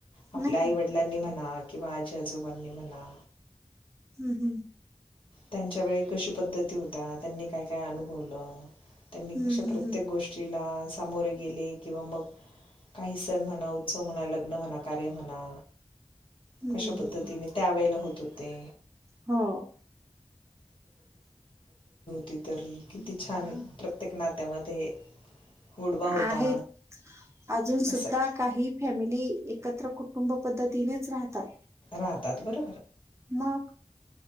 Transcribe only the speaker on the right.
नाही
का
हम्म हम्म.
हम्म,
हम्म,
हम्म,
हम्म,
हम्म.
हो.
आहेत अजून
सुद्धा काही फॅमिली एकत्र कुटुंब पद्धतीनेच राहतात.
मग?